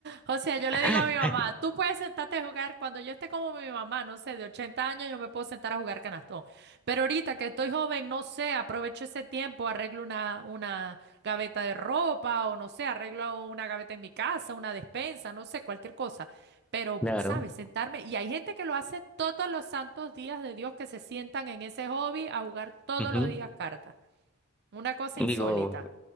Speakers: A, on the right (about 50°); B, in the centre.
A: O sea, yo le
B: <laughs>
A: digo a mi mamá, tú puedes sentarte a jugar, cuando yo esté como mi mamá, no sé, de 80 años yo me puedo sentar a jugar canastón. Pero ahorita que estoy joven, no sé, aprovecho ese tiempo, arreglo una, una gaveta de ropa o no sé, arreglo una gaveta en mi casa, una despensa, no sé, cualquier cosa. Pero,
B: Claro.
A: ¿sabes? Sentarme. Y hay gente que lo hace todos los santos días de Dios, que se sientan en ese hobby a jugar todos
B: ujú.
A: los días cartas. Una cosa
B: Digo,
A: insólita.